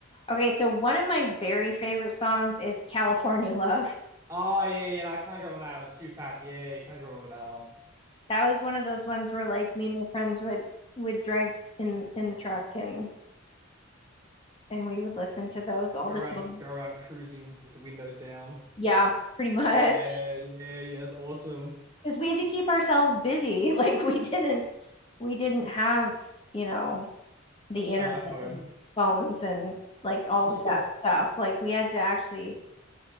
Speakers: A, on the left; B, on the right.
A: Okay, so one of my very favorite songs is California Love.
B: Oh yeah, yeah. yeah, no, I can't go wrong with that with Tupac. Yeah, yeah, you can't go wrong with that one.
A: That was one of those ones where like me and my friends would would drive in in the truck and and we would listen to those all
B: Go
A: the
B: around,
A: time.
B: go around cruising with the windows down.
A: Yeah, pretty much.
B: Yeah, yeah, yeah. That's awesome.
A: Because we had to keep ourselves busy. <laughs> Like we didn't we didn't have, you know, the internet
B: An iPhone.
A: and phones and like all
B: <laughs>
A: of that
B: Yeah.
A: stuff. Like we had to actually